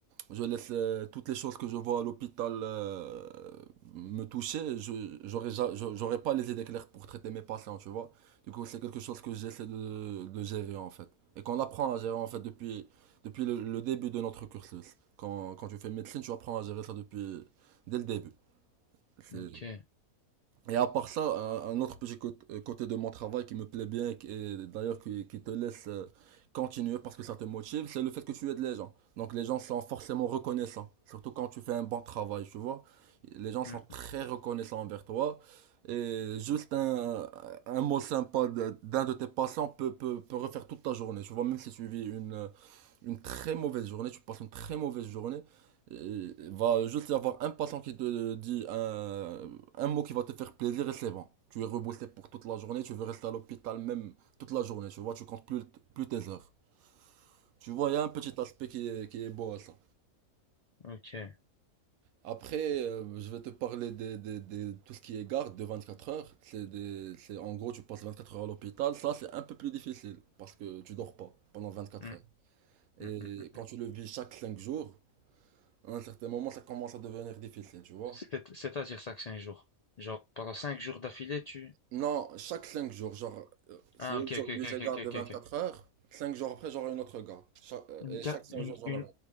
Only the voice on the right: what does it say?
je laisse euh, toutes les choses que je vois à l'hôpital euh, me toucher. Je j'aurais ja- je- j'aurais pas les idées claires pour traiter mes patients, tu vois. Du coup, c'est quelque chose que j'essaie de, de gérer en fait. Et qu'on apprend à gérer en fait depuis depuis le, le début de notre cursus. Quand, quand tu fais médecine, tu apprends à gérer ça depuis dès le début. C'est
et à part ça, un, un autre petit côté, côté de mon travail qui me plaît bien, qui- et d'ailleurs qui, qui te laisse euh, continuer parce que ça te motive, c'est le fait que tu aides les gens. Donc les gens sont forcément reconnaissants, surtout quand tu fais un bon travail, tu vois. Les gens sont
très reconnaissants envers toi. Et juste un, un mot sympa de- d'un de tes passants peut, peut, peut refaire toute ta journée, tu vois, même si tu vis une, une très mauvaise journée, tu passes une très mauvaise journée. et Il va juste y avoir un patron qui te dit un, un mot qui va te faire plaisir et c'est bon. Tu es reboosté pour toute la journée, tu veux rester à l'hôpital même toute la journée, tu vois, tu comptes plus, plus tes heures. Tu vois, il y a un petit aspect qui est, qui est beau à ça.
Après, euh, je vais te parler de, de, de tout ce qui est garde de 24 heures. C'est des- c'est- en gros, tu passes 24 heures à l'hôpital. Ça, c'est un peu plus difficile parce que tu dors pas pendant 24
heures. Et
quand tu le vis chaque 5 jours, À un certain moment, ça commence à devenir difficile, tu vois.
Non, chaque 5 jours, genre, euh, si
aujourd'hui
j'ai garde
de
24
heures, 5 jours après j'aurai une autre garde. Cha- euh,
et
chaque 5
jours j'en
aurai